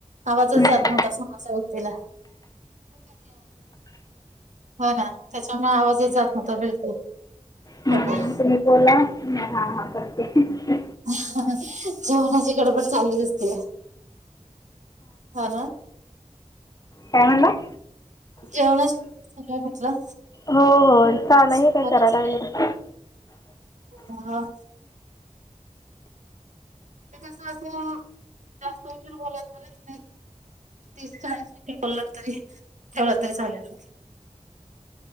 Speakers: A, on the right (about 70°); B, on the left (about 30°).
A: आवाजचं
B: हम्म
A: जात नव्हता समोरच्या व्यक्तीला. हो ना त्याच्यामुळे आवाजच जात नव्हता बिलकुल
B: हम्म
A: तो पण.
B: तुम्ही बोला मी हा हा करते.
A: जेवणाची गडबड चालूच असते. हा ना.
B: काय म्हणला?
A: जेवणाची गडबड चालू आहे म्हटलं.
B: हो हो चाललयं
A: स्वयंपाकाची
B: हे काय करायला लागलं.
A: ह. ते कसं असं जास्त उशीर बोलय चालत नाही. तीस चाळीस <inaudible> बोललात तरी ठेवलं तरी झालेल.